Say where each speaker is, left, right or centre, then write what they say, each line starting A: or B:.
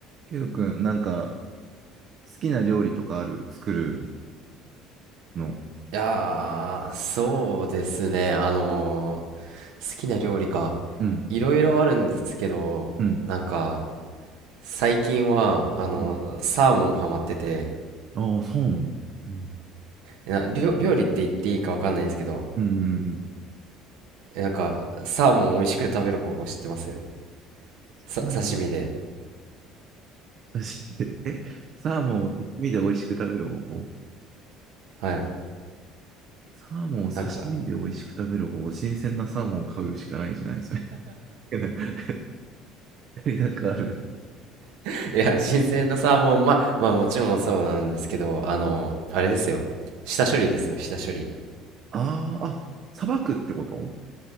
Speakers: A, on the right; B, on the right.
A: ケイオくん、なんか、好きな料理とかある作るの。
B: いやー、そうですね。あのー好きな料理か。
A: うん、
B: いろいろあるんですけど、
A: うん、
B: なんか、最近は、あの、
A: うん。
B: サーモンハマってて、
A: ああ、サーモン。うん、
B: な、料、料理って言っていいかわかんないんですけど、
A: うんうんうん。
B: えなんか、サーモン美味しく食べる方法知ってます
A: サーモン
B: さ、刺身で。
A: 刺身です。え、サーモンを刺身で美味しく食べる方法。
B: はい。
A: サーモンを刺身で美味しく食べる方法。
B: なんか、
A: 新鮮なサーモンを買うしかないじゃない、それ。<laughs> なんかある。
B: <laughs> いや、新鮮なサーモン、まあ、まあもちろんそうなんですけど、あの、
A: うん
B: あれですよ。下処理ですよ、下処理。
A: あーあ、さばくってこと